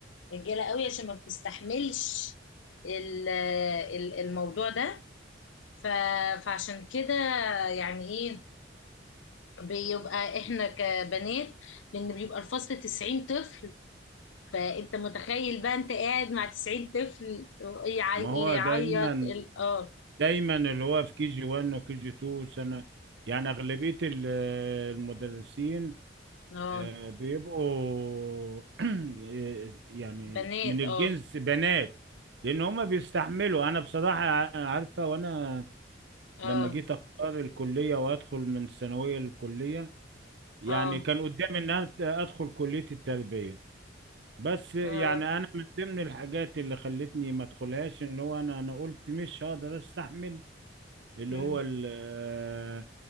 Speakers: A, on the left (about 85°); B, on the right (about 65°).
A: رجالة قوي عشان ما بتستحملش ال- ال- الموضوع ده ف- فعشان كده يعني ايه بيبقى احنا كبنات لان بيبقى الفصل 90 طفل فانت متخيل بقى انت قاعد مع 90 طفل يعي-
B: ما
A: اللي
B: هو
A: يعيط
B: دايما
A: ال- اه
B: دايما اللي هو في كي جي 1 وكي جي 2 سنة يعني اغلبية ال- المدرسين
A: اه
B: آه، بيبقوا <clears throat> يعني
A: بنات
B: من الجنس
A: اه
B: بنات لان هما بيستحملوا انا بصراحة عارفة وانا
A: اه
B: لما جيت اختار الكليه وادخل من الثانويه للكليه يعني
A: اه
B: كان قدامي ان انا ادخل كليه التربيه بس يعني
A: اه
B: انا من ضمن الحاجات اللي خلتني ما ادخلهاش ان هو انا انا قلت مش هقدر استحمل اللي
A: مم.
B: هو ال- آه،